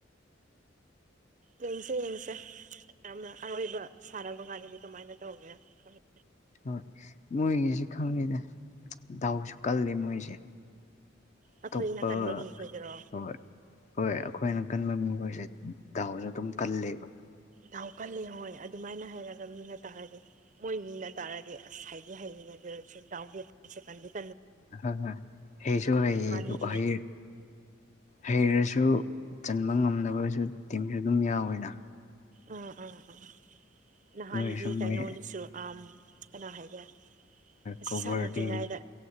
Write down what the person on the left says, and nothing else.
ꯍꯣꯏ ꯃꯣꯏꯒꯤꯁꯤ ꯈꯪꯗꯦꯗ ꯗꯥꯎꯁꯨ ꯀꯜꯂꯦ ꯃꯣꯏꯁꯦ
ꯑꯇꯣꯞꯄ
ꯍꯣꯏ ꯍꯣꯏ ꯑꯩꯈꯣꯏꯅ ꯀꯟꯕ ꯃꯤꯍꯣꯏꯁꯦ ꯗꯥꯥꯎꯁꯨ ꯑꯗꯨꯝ ꯀꯜꯂꯦꯕ
ꯍꯣꯏ ꯍꯣꯏ ꯍꯩꯁꯨ ꯍꯩꯌꯦ
ꯑꯗꯨ ꯍꯩ ꯍꯩꯔꯁꯨ ꯆꯟꯕ ꯉꯝꯗꯕꯁꯨ ꯇꯤꯝꯁꯨ ꯑꯗꯨꯝ ꯌꯥꯎꯋꯦꯗ
ꯑꯗꯨ ꯑꯣꯏꯔꯁꯨ
ꯃꯣꯏ
ꯀꯣꯕꯔꯗꯤ